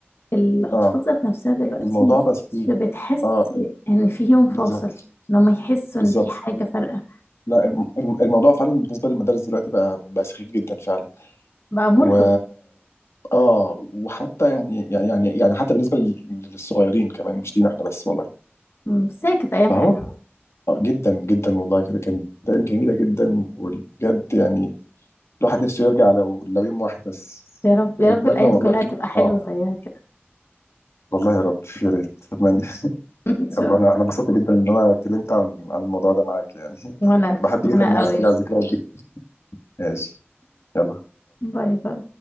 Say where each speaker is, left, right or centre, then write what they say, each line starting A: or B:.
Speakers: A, on the left (about 65°); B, on the left (about 85°).
A: الأطفال
B: اه
A: ذات نفسها دلوقتي
B: الموضوع
A: ما
B: بقى
A: بقتش
B: فيه
A: بتحس
B: اه ال-
A: إن في يوم فاصل
B: بالظبط
A: إن هم يحسوا
B: بالظبط
A: إن في حاجة فارقة
B: لا الم... الم- الموضوع فعلا بالنسبه للمدارس دلوقتي بقى بقى سخيف جدا فعلا
A: بقى مرهق
B: و اه وحتى يعني يعني يعني يعني حتى بالنسبه لل- للصغيرين كمان مش لينا احنا بس والله
A: م، بس هي كانت أيام
B: فهو
A: حلوة
B: آه، جدا جدا والله كده كانت أيام جميلة جدا وبجد يعني الواحد نفسه يرجع لو لو يوم واحد بس
A: يا رب
B: ونتمنى
A: يا رب الأيام
B: والله
A: كلها تبقى حلوة
B: اه
A: زيها كده
B: والله يا رب يا ريت اتمنى <laughs>
A: <laughs> إن
B: يلا
A: شاء الله
B: انا انا انبسطت جدا ان انا اتكلمت عن عن الموضوع ده معاك يعني
A: وأنا
B: <laughs> بحب جدا
A: وأنا
B: ان انا
A: قوي
B: استرجع الذكريات دي ماشي يلا
A: باي باي